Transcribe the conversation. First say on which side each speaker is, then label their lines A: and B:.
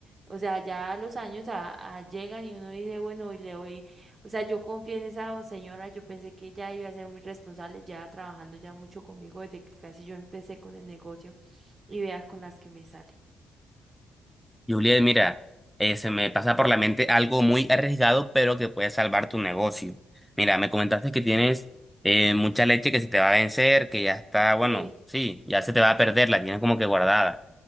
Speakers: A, on the right; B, in the centre.
A: O sea, ya los años a- a llegan y uno dice, bueno, y le voy, o sea, yo confié en esa señora, yo pensé que ella iba a ser muy responsable, ya trabajando ya mucho conmigo desde que casi yo empecé con el negocio y vea con las que me sale.
B: Juliet, mira, eh, se me pasa por la mente algo muy arriesgado, pero que puede salvar tu negocio. Mira, me comentaste que tienes eh, mucha leche que se te va a vencer, que ya está, bueno,
A: Sí.
B: sí, ya se te va a perder, la tienes como que guardada.